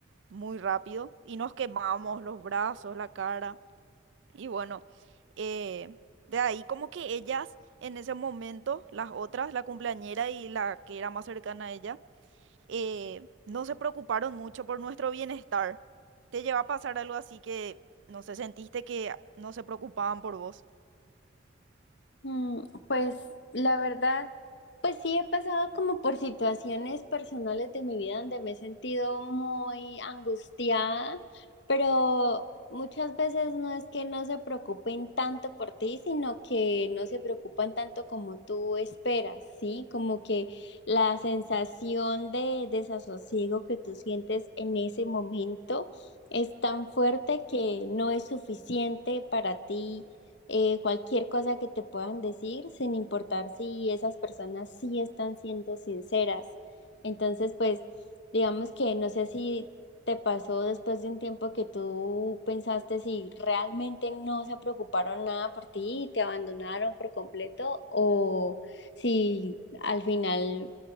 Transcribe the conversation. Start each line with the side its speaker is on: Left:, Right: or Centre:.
Right: muy rápido y nos quemamos los brazos, la cara. Y bueno, eh, de ahí como que ellas en ese momento, las otras, la cumpleañera y la que era más cercana a ella, eh, no se preocuparon mucho por nuestro bienestar. ¿Te lleva a pasar algo así que, no sé, sentiste que no se preocupaban por vos?
Left: Mm, Pues la verdad, pues sí he pasado como por situaciones personales de mi vida donde me he sentido muy angustiada, pero muchas veces no es que no se preocupen tanto por ti, sino que no se preocupan tanto como tú esperas, ¿sí? Como que la sensación de desasosiego que tú sientes en ese momento es tan fuerte que no es suficiente para ti eh, cualquier cosa que te puedan decir, sin importar si esas personas sí están siendo sinceras. Entonces, pues, digamos que no sé si te pasó después de un tiempo que tú pensaste si realmente no se preocuparon nada por ti y te abandonaron por completo o si al final